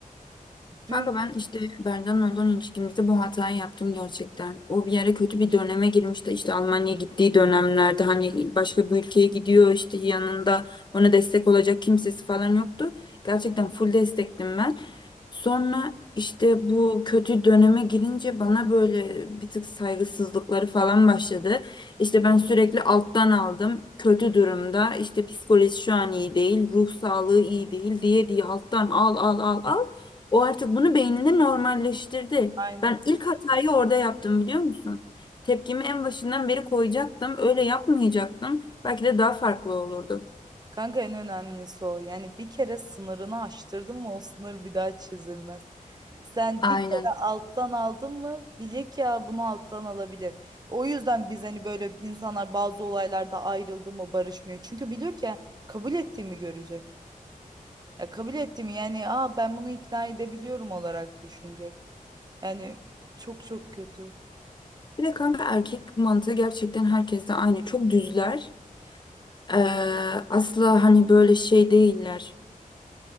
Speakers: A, on the right; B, on the left.
A: Dün
B: Kanka ben işte Berdan'la olan ilişkimizde bu hatayı yaptım gerçekten. O bir yere kötü bir döneme girmişti. İşte Almanya'ya gittiği dönemlerde hani başka bir ülkeye gidiyor işte yanında ona destek olacak kimsesi falan yoktu. Gerçekten full destektim ben. Sonra işte bu kötü döneme girince bana böyle bir tık saygısızlıkları falan başladı. İşte ben sürekli alttan aldım. Kötü durumda işte psikoloji şu an iyi değil, ruh sağlığı iyi değil diye diye alttan al al al al. O artık bunu beyninde normalleştirdi.
A: aynen.
B: Ben ilk hatayı orada yaptım biliyor musun? Tepkimi en başından beri koyacaktım. Öyle yapmayacaktım. Belki de daha farklı olurdu.
A: Kanka en önemlisi o. Yani bir kere sınırını aştırdın mı o sınır bir daha çizilmez. Sen
B: Aynen.
A: bir kere alttan aldın mı bile ki ya bunu alttan alabilir. O yüzden biz hani böyle insanlar bazı olaylarda ayrıldı mı barışmıyor. Çünkü biliyor ki kabul ettiğimi görecek. Ya kabul ettim yani aa ben bunu ikna edebiliyorum olarak düşünecek. Yani çok çok kötü.
B: Bir de kanka erkek mantığı gerçekten herkeste aynı. Çok düzler. Ee, asla hani böyle şey değiller.